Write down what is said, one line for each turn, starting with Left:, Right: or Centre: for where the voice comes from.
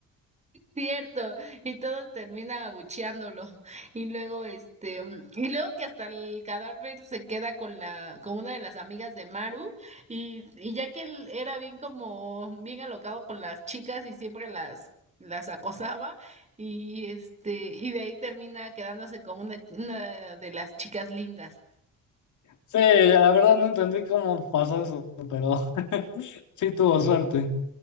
Right: Cierto, y todos terminan abucheándolo. Y luego, este, mm, y luego que hasta el cadáver se queda con la, con una de las amigas de Maru, y, y ya que él era bien como, bien alocado con las chicas y siempre las, las acosaba, y este, y de ahí termina quedándose con una, una de las chicas lindas.
Left: Sí, la verdad no entendí cómo pasó eso, pero <laughs> sí tuvo suerte.